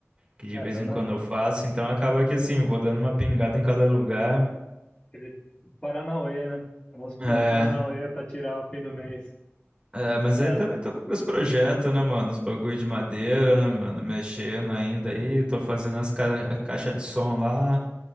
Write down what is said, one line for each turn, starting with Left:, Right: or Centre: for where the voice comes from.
Right: que de
Left: É,
Right: vez
Left: dona...
Right: em quando eu faço, então acaba que assim, vou dando uma pingada em cada lugar.
Left: Aquele Paranauê, né? Vamos pra
Right: É,
Left: Paranauê pra tirar o fim do mês.
Right: é, mas
Left: É,
Right: aí também
Left: tá.
Right: tô com meus projetos, né, mano? Os bagulho de madeira, né, mano? Mexendo ainda aí, tô fazendo as ca caixas de som lá.